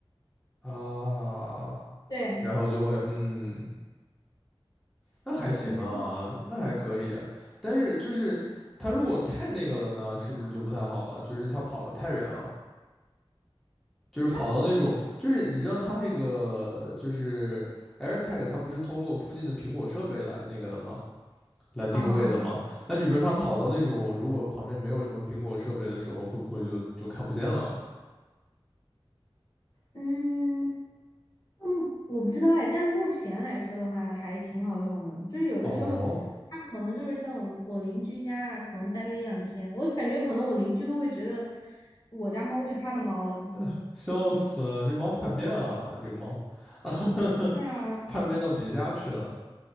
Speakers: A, in the centre; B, on the left.
A: 啊，
B: 对，
A: 然后就会嗯。那还行啊，
B: 嗯，然后
A: 那还可以。但是就是他如果太那个了呢，是不是就不太好了？就是他跑得太远了，就是跑到那种，
B: 他
A: 就是你知道他那个就是
B: 哦，
A: AirTag，它不是通过附近的苹果设备来那个的吗？来定位的吗？
B: 啊，
A: 那就比如他跑到那种如果旁边没有什么苹果设备的时候，
B: 嗯
A: 会不会就就看不见了啊？
B: 嗯嗯，我不知道哎，但是目前来说的话还挺好用的，就是有的时候
A: 哦，
B: 他可能就是在我我邻居家啊可能待个一两天，我感觉可能我邻居都会觉得我家猫是他的猫了。
A: 哎笑死了，这猫叛变了，这个猫，<laughs>
B: 对啊，
A: 叛变到别家去了。